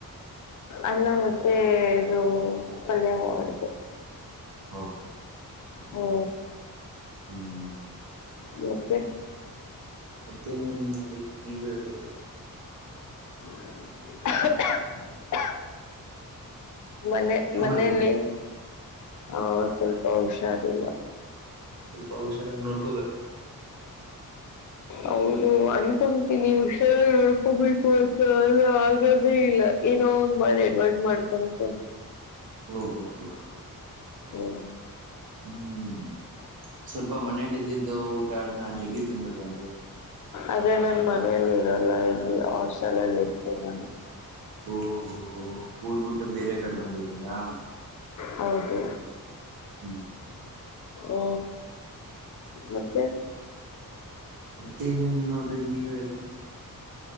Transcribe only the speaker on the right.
ಓಹೋ
ಹ್ಮ್....
ಮತ್ತೇನ್ ಇಲ್ ನೋಡಿ ನೀವೆ ಹೇಳ್ಬೇಕು.
ಕೆಮ್ಮಾಗಿದೆನಾ
ಸ್ವಲ್ಪ ಹುಷಾರಾಗಿ ನೋಡ್
ಓ ಹೋ ಹೋ.
ಹ್ಮ್ ಸ್ವಲ್ಪ ಮನೆಯಲ್ಲಿ ಇದ್ದಿದ್ದು ಊಟ ಆಡ್ನ್ ಜಗ್ಗಿ ತಿನ್ಬೇಕನ್ರೀ.
ಓ ಹೋ ಹೋ ಊರ್ಬಿಟ್ಟು ಬೇರೆ ಕಡೆ ಬಂದಿದ್ದೀರಾ.
ಹ್ಮ್ ಹ್ಮ್
ಮತ್ತೆ ಏನಿಲ್ಲ ನೋಡ್ರಿ ನೀವೆ ಹೇಳ್ಬೇಕು.